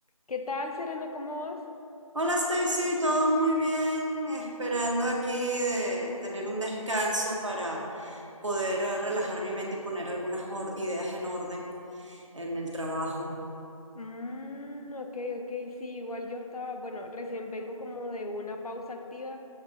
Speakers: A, on the left; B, on the right.
A: ¿Qué tal, Serena? ¿Cómo vas?
B: Hola Stacy, todo muy bien, esperando aquí de tener un descanso para poder eh, relajar mi mente y poner algunas or- ideas en orden en el trabajo.
A: Mm, ok, ok, sí, igual yo estaba, bueno, recién vengo como de una pausa activa,